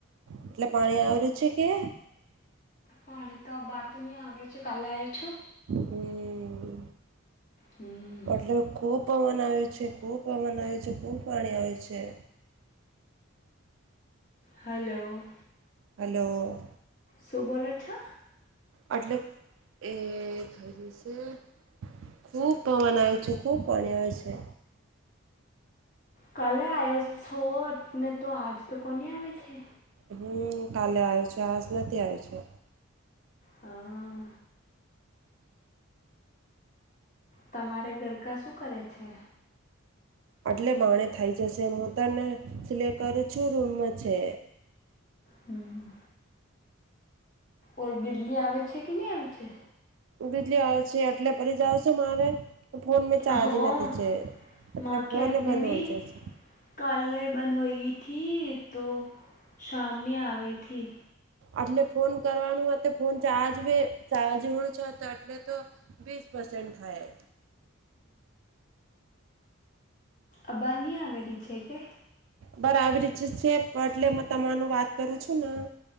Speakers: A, on the right; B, on the left.
A: એટલે પાણી આવેરું છે કે
B: પાણી તો બાર તો નહીં આવર્યું છે કાલે આવ્યો છો.
A: હમ
B: હમ
A: એટલે ખુબ પવન આવ્યું છે. ખુબ પવન આવયો છે. ખુબ પાણી આવે છે.
B: હલો.
A: હલો.
B: શું બોલો છો?
A: આટલે એ થઈ જશે. ખૂબ પવન આવે છે. ખૂબ પાણી આવે છે.
B: કાલે આવ્યો સો ને તો આજ તો કોની આવે છે.
A: હમ્મ, કાલે આયો છે આજ નથી આયો છે.
B: હા. તમારે ગરકા શું કરે છે?
A: આટલે બાણે થઈ જશે. હું તને સિલાઇ કરું છું રૂમ છે.
B: હમ્મ. ઓર બિજલી આવે છે કે નહી આવે છે.
A: બીજલી આવશે એટલે ફરી જાવ છે મારે ફોન મેં ચારજ
B: હા
A: નથી છે એટલે
B: માં
A: ફોન
B: કે અટને
A: એ બંધ
B: ભી
A: હોય જશે.
B: કાલે બંધ હોય ગઈ થી તો સામને આઈ થી
A: એટલે ફોન કરવાનું ફોન ચાર્જ ચાર્જ હણ છે, તો એટલે તો છે પર્સન્ટ થાય.
B: અબારની આવેલી છે, કે
A: બરાબર જ છે, પણ એટલે તમારુ વાત કરું છું, ના